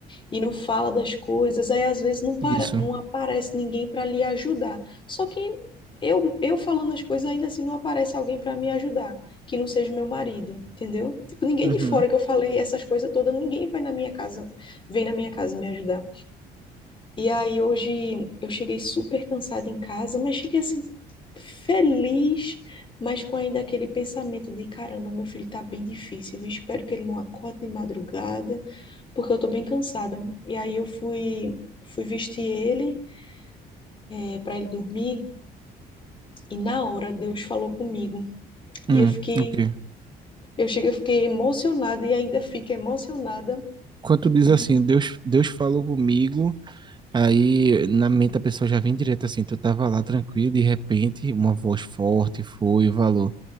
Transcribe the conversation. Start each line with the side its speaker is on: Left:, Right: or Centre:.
Left: e não fala das coisas, aí às vezes não, para,
Right: isso.
Left: não aparece ninguém para lhe ajudar. Só que eu, eu falando as coisas, ainda assim não aparece alguém para me ajudar que não seja o meu marido, entendeu? Tipo, ninguém
Right: Uhum.
Left: de fora que eu falei essas coisas todas, ninguém vai na minha casa, vem na minha casa me ajudar. E aí hoje eu cheguei super cansada em casa, mas cheguei assim feliz, mas com ainda aquele pensamento de caramba, meu filho tá bem difícil, eu espero que ele não acorde de madrugada, porque eu tô bem cansada. E aí eu fui fui vestir ele, é, para ele dormir, e na hora Deus falou comigo.
Right: Hum,
Left: E eu fiquei
Right: ok.
Left: eu cheguei, eu fiquei emocionada e ainda fico emocionada
Right: Quando tu diz
Left: E-
Right: assim, Deus, Deus falou comigo, aí na mente a pessoa já vem direto assim, tu tava lá tranquilo, de repente uma voz forte foi e falou,